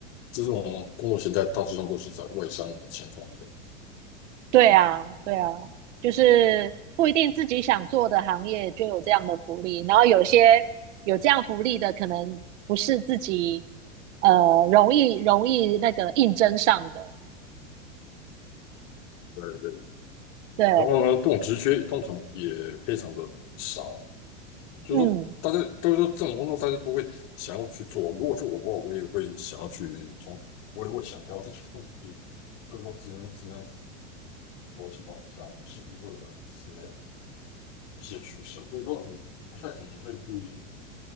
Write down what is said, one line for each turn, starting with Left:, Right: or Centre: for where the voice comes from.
Left: 这种工作形态大致上都是在外商的情况下，
Right: 对啊，
Left: 嗯，
Right: 对啊，就是不一定自己想做的行业就有这样的福利，然后有些有这样福利的，可能不是自己呃容易容易那个应征上的。
Left: 对对，
Right: 对，
Left: 然后呢，这种职缺通常也非常的少。就是说大家都是说这种工作大家都会想要去做。
Right: 嗯，
Left: 如果是我的话，我也会想要去从，我也会想要。但是问题是，就是说职能职能逻辑方下，你势必会有一些一些趋势？所以说你不太可能会去